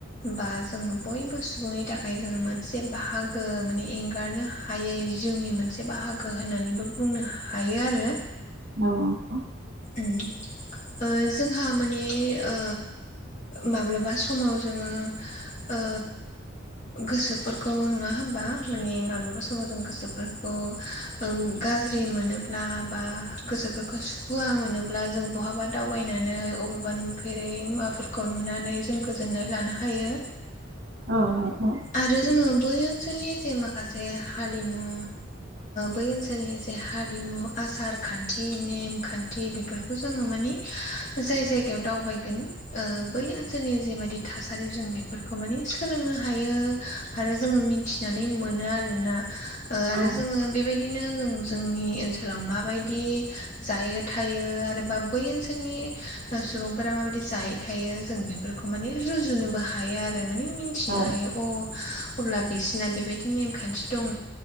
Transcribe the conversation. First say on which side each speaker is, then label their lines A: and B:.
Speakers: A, on the left; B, on the right.
A: बा जोङो बयबो सुबुंनि थाखाय जोङो मोनसे बाहागो माने एंगारनो हायै जिउनि मोनसे बाहागो होननानैबो बुंनो हायो आरो
B: औ नंगौ
A: उम ओ जोंहा माने ओ माब्लाबा समाव जोङो ओ गोसोफोरखौ नङा होमबा! माने माब्लाबा समाव जों गोसोफोरखौ ओं गाज्रि मोनोब्ला बा गोसोफोरखौ सु खुवा मोनोब्ला जों बहाबा दावबायनानै अबेबा नुफेरै मुवाफोरखौ नुनानै जों गोजोननाय लानो हायो
B: औ नंगौ
A: आरो जोङो बै ओनसोलनि जे माखासे हारिमु बै ओनसोलनि जे हारिमु आसार खान्थि नेम खान्थि थि बेफोरखौ जोङो माने जाय जायगायाव दावबायगोन ओ बै ओनसोलनि जेबायदि थासारि जों बेफोरखौ माने सोलोंनो हायो आरो जोङो मिथि नानै मोनो आरोना। ओ आरो
B: औ
A: जोङो बेबायदिनो जों जोंनि ओनसोलाव माबायदि जायो थायो आरोबा बै ओनसोलनि सुबुंफोरा माबायदि जायै थायो जों बे बेफोरखौ माने रुजुनोबो हायो आरो मानिे मिथिनो
B: औ
A: हायो अ अब्ला बिसिना बेबायदि नेमखान्थि दङ